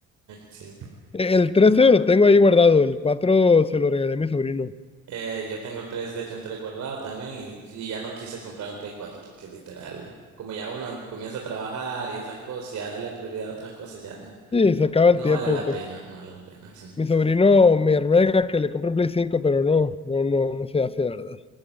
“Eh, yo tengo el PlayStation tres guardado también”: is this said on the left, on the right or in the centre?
Right